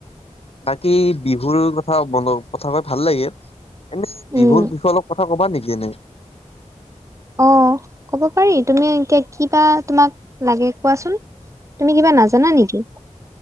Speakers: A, on the left (about 50°); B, on the right (about 25°).
A: বাকী বিহুৰ কথা মন কথা কৈ ভাল লাগে। এনে বিহুৰ
B: উম।
A: বিষয়ে অলপ কথা কবা নেকি এনে?
B: অ ক'ব পাৰি তুমি এতিয়া কিবা তোমাক লাগে কোৱাচোন? তুমি কিবা নাজানা নেকি?